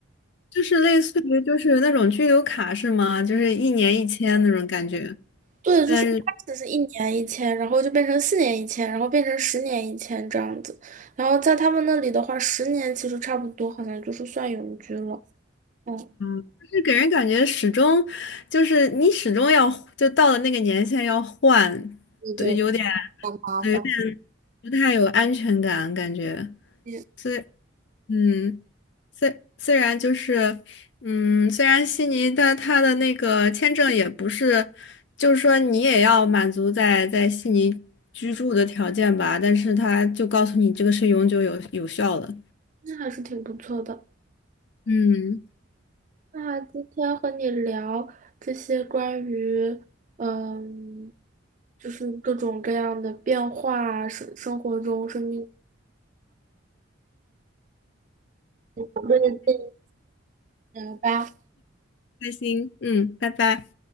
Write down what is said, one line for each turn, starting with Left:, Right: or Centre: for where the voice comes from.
Left: 就是类似于就是那种居留卡是吗？就是一年一签那种感觉，
Right: 对，
Left: 但是
Right: 就是一开始是一年一签，然后就变成四年一签，然后变成十年一签这样子。然后在他们那里的话，十年其实差不多，好像就是算永居了。嗯，
Left: 就是给人感觉始终就是你始终要就到了那个年限要换，
Right: 对对
Left: 对，有点
Right: 吧？
Left: 对，有点不太有安全感感觉。
Right: 也
Left: 所以。嗯，虽虽然就是，嗯，虽然悉尼的他的那个签证也不是，就是说你也要满足在在悉尼居住的条件吧，但是他就告诉你这个是永久有有效的。
Right: 那还是挺不错的。
Left: 嗯，
Right: 那今天和你聊这些关于，嗯，就是各种各样的变化，生生活中生命中的经验吧。
Left: 开心，嗯，拜拜。